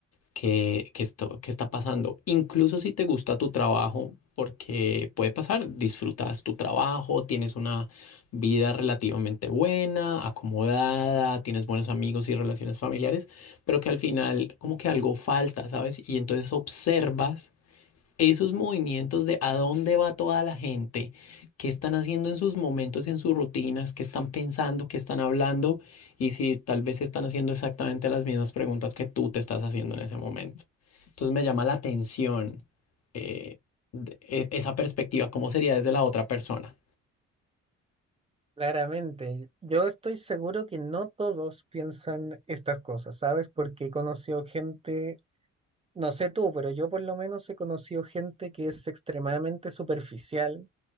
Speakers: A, on the left; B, on the right.
A: que qué esto- que está pasando. Incluso si te gusta tu trabajo, porque puede pasar, disfrutas tu trabajo, tienes una vida relativamente buena, acomodada, tienes buenos amigos y relaciones familiares, pero que al final como que algo falta, ¿sabes? Y entonces observas esos movimientos de a dónde va toda la gente, qué están haciendo en sus momentos, en sus rutinas, qué están pensando, qué están hablando y si tal vez están haciendo exactamente las mismas preguntas que tú te estás haciendo en ese momento. Entonces me llama la atención eh, de- e- esa perspectiva, cómo sería desde la otra persona.
B: Claramente, yo estoy seguro que no todos piensan estas cosas, ¿sabes? Porque he conocido gente, no sé tú, pero yo por lo menos he conocido gente que es extremadamente superficial,